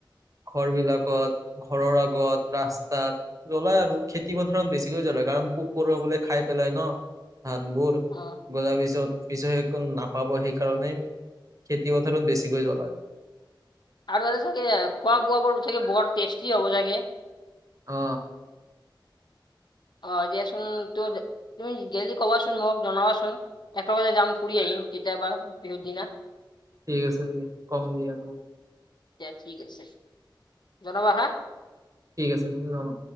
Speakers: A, on the right (about 40°); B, on the left (about 60°).
A: ঘৰ বিলাকত, ঘৰৰ আগত, ৰাস্তাত জ্বলাই আৰু খেতি পথাৰত বেছিকৈ জ্বলা কাৰণ পোক- পৰুৱা বোলে খাই পেলাই ন ধানবোৰ
B: অ
A: গজাৰ পিছত। পিচত সেইকল নাপাব সেইকাৰণে খেতিপথাৰত বেছিকৈ জ্বলায়।
B: আৰু এটা চাগে খোৱা বোৱাবোৰ চাগে বৰ টেষ্টি হ'ব চাগে?
A: অ।
B: অ দিয়াচোন তোৰ, তুমি গেলি ক'বাচোন মোক জনাবাচোন, একেলগে যাম ফুৰি আহিম। কেতিয়াবা বিহু দিনা।
A: ঠিক আছে, উম কম দিয়াটো।
B: দিয়া ঠিক আছে, জনাবা হা।
A: ঠিক আছে তুমি জনাবা।